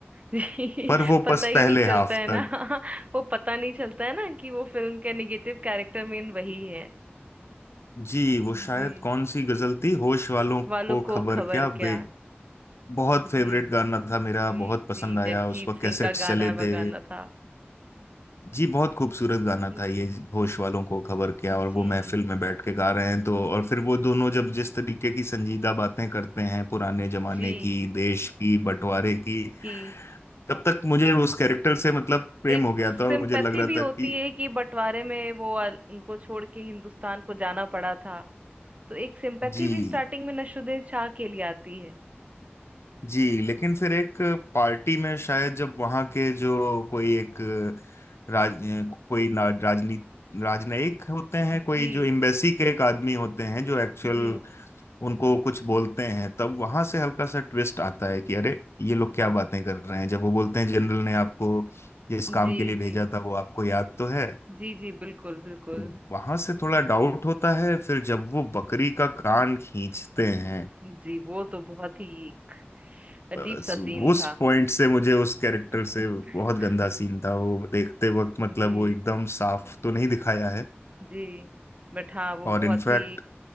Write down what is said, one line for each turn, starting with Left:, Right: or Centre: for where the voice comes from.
Right: जी, <laughs>
Left: पर वो
Right: पता
Left: पस
Right: ही
Left: पहले
Right: नहीं चलता
Left: हाफ
Right: है ना
Left: तक
Right: <laughs> वो पता नहीं चलता है ना कि वो फिल्म का निगेटिव कैरेक्टर मेन वही है
Left: जी वो शायद
Right: जी
Left: कौन सी गजल थी होश वालों
Right: वालों
Left: को
Right: को
Left: खबर
Right: खबर
Left: क्या
Right: क्या
Left: बे बहुत फेवरेट
Right: जी
Left: गाना था मेरा
Right: जी
Left: बहुत पसंद
Right: जी
Left: आया
Right: जगजीत
Left: उस पर
Right: सिंह
Left: कैसेट्स
Right: का गाना
Left: चले
Right: बगाना
Left: थे
Right: था
Left: जी बहुत खूबसूरत गाना
Right: जी
Left: था ये होश वालों को खबर क्या और
Right: जी
Left: वो महफिल में बैठ के गा रहे हैं तो और फिर वो दोनों जब जिस तरीके की संजीदा बातें करते हैं पुराने जमाने
Right: जी
Left: की देश की बंटवारे की
Right: कि
Left: तब तक मुझे उस कैरेक्टर से मतलब प्रेम
Right: एक
Left: हो गया था
Right: सिंपैथी
Left: और मुझे लग रहा
Right: भी होती
Left: था कि
Right: है कि बंटवारे में वो अल- उनको छोड़ के हिंदुस्तान को जाना पड़ा था तो एक सिंपैथी
Left: जी
Right: भी स्टार्टिंग में नसरुद्दीन शाह के लिए आती है
Left: जी लेकिन फिर एक पार्टी में शायद जब वहां के जो कोई एक राज कोई ना- राजनी राजनयिक होते हैं
Right: जी
Left: कोई जो एम्बेसी के एक आदमी होते हैं जो एक्चुअल
Right: जी
Left: उनको कुछ बोलते हैं तब वहां से हल्का सा ट्विस्ट आता है कि अरे ये लोग क्या बातें कर रहे हैं जब वो बोलते हैं जनरल ने आपको जिस काम
Right: जी
Left: के लिए भेजा
Right: जी
Left: था वो आपको याद तो है
Right: जी जी बिल्कुल बिल्कुल
Left: तो वहां से थोड़ा डाउट होता है फिर जब वो बकरी का कान खींचते हैं
Right: जी वो तो बहुत ही एक अजीब
Left: बस
Right: सा सीन
Left: उस
Right: था
Left: पॉइंट से मुझे उस कैरेक्टर
Right: <laughs>
Left: से बहुत गंदा सीन था वो देखते वक्त मतलब
Right: जी
Left: वो एकदम साफ तो नहीं दिखाया है
Right: जी बट हाँ वो
Left: और
Right: बहुत
Left: इनफैक्ट
Right: ही